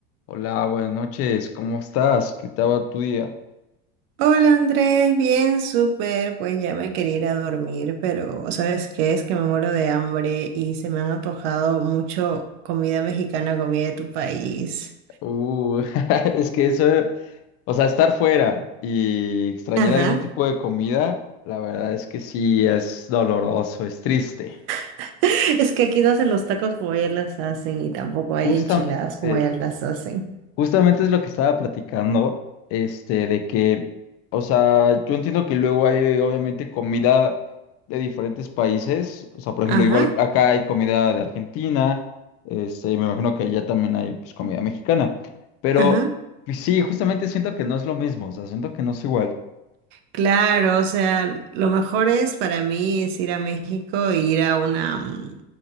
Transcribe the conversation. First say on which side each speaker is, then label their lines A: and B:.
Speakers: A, on the left; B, on the right.
A: Hola, buenas noches, ¿cómo estás? ¿Qué tal va tu día?
B: Hola Andrés, bien, súper. Pues ya me quería ir a dormir, pero ¿sabes qué? Es que me muero de hambre y se me han antojado mucho comida mexicana, comida de tu país.
A: Uh, <laughs> es que eso, o sea, estar fuera y extrañar
B: Ajá.
A: algún tipo de comida, la verdad es que sí, es doloroso, es triste.
B: <laughs> Es que aquí no hacen los tacos como allá las hacen y tampoco hay
A: Justamente,
B: enchiladas como allá las hacen.
A: Justamente es lo que estaba platicando, este, de que, o sea, yo entiendo que luego hay obviamente comida de diferentes países, o sea, por ejemplo,
B: Ajá,
A: igual acá hay comida de Argentina, este, y me imagino que allá también hay pues comida mexicana, pero
B: ajá.
A: pues, sí, justamente siento que no es lo mismo, o sea, siento que no es igual.
B: Claro, o sea, lo mejor es para mí es ir a México e ir a una, mm,